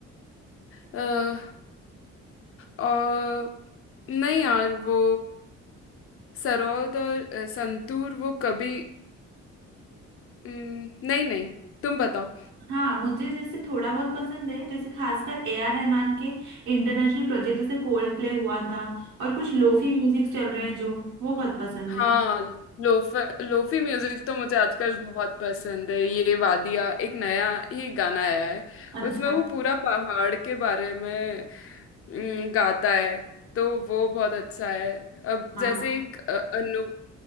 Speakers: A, on the left (about 50°); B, on the right (about 85°).
A: अ, और नहीं यार वो सरोद और अ, संतूर वो कभी अम, नहीं नहीं तुम बताओ
B: हाँ मुझे जैसे थोड़ा बहुत पसंद है जैसे खासकर ए आर रहमान के इंटरनेशनल प्रोजेक्ट जैसे कोल्ड प्ले हुआ था और कुछ लोफी म्यूजिक चल रहे हैं जो वो बहुत पसंद
A: हाँ
B: है
A: लोफ लोफी म्यूजिक तो मुझे आजकल बहुत पसंद है ये वादिया एक नया ही गाना आया है
B: अच्छा
A: उसमें वो पूरा पहाड़ के बारे में अम, गाता है तो वो बहुत अच्छा है अब
B: हाँ
A: जैसे एक अ, अनु